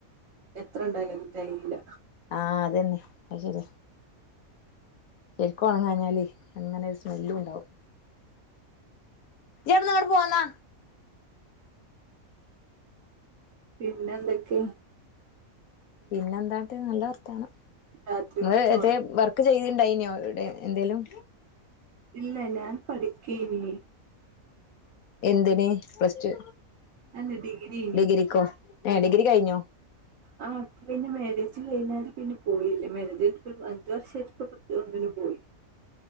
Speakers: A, on the right; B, on the left.
A: എത്ര ഇണ്ടായാലും തെകയ്ല്ല
B: ആഹ് അതന്നെ. അത് ശര്യാ. ശരിക്കൊണങ്ങാഞ്ഞാലേ അങ്ങനെ ഒരു സ്മെല്ലുണ്ടാവും ഇജ്ജവിടുന്നങ്ങ് പോന്നാ
A: പിന്നെന്തൊക്കെ?
B: പിന്നെ എന്താട്ടാ? നല്ല വർത്താനം.
A: രാത്രികൾക്ക്
B: ങ്ങള്
A: ചോറ്
B: ഇത് വർ ക്ക് ചെയ്യിന്ണ്ടായിനോ എവിടെ എന്തേങ്കലും?
A: ഇല്ല ഞാൻ പഠിക്കേയ്നി
B: എന്തിന്? പ്ലസ്റ്റു?
A: അല്ല ഡിഗ്രി ഇനി
B: ഡിഗ്രിക്കോ? ഏഹ് ഡിഗ്രി കയ്ഞ്ഞോ?
A: ആ <inaudible> ആഹ് പിന്നെ മേരേജ് കഴിഞ്ഞാല് പിന്നെ പോയില്ല. മാരേജ് കഴിഞ്ഞിട്ടിപ്പോരു അഞ്ചു വർഷായിട്ട് ഇപ്പ ഒന്നിനും പോയി